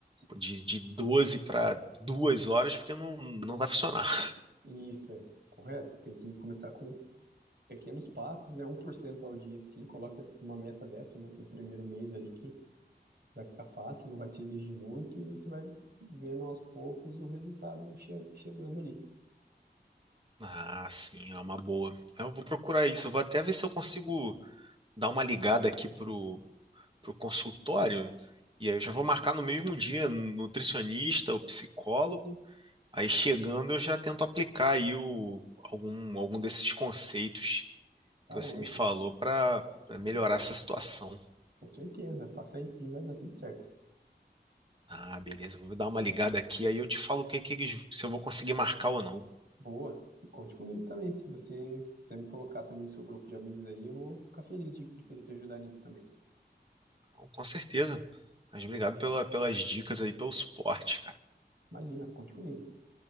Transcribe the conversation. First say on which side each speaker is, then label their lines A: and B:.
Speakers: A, on the right; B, on the right.
A: de, de 12 para duas horas, porque não, não vai funcionar. <laughs>
B: Isso é correto. Tem que começar com pequenos passos, né? um por cento ao dia, sim. Coloque uma meta dessa no, no primeiro mês ali que vai ficar fácil, não vai te exigir muito e você vai vendo aos poucos o resultado che- chegando ali.
A: Ah, sim, é uma boa. Eu vou procurar isso. Eu vou até ver se eu consigo dar uma ligada aqui pro, pro consultório. E aí eu já vou marcar no mesmo dia nutricionista ou psicólogo. Aí chegando, eu já tento aplicar aí o, algum, algum desses conceitos
B: Tá
A: que
B: ótimo.
A: você me falou para melhorar essa situação.
B: Com certeza. Faça isso sim, vai dar tudo certo.
A: Ah, beleza, vou dar uma ligada aqui, aí eu te falo o que, que eles- se eu vou conseguir marcar ou não.
B: Boa. E conte comigo também. Se você quiser me colocar também no seu grupo de amigos aí, eu vou ficar feliz de, de poder te ajudar nisso também.
A: Então, com certeza. Mas obrigado pela, pelas dicas aí, pelo suporte, cara.
B: Imagina, conte comigo.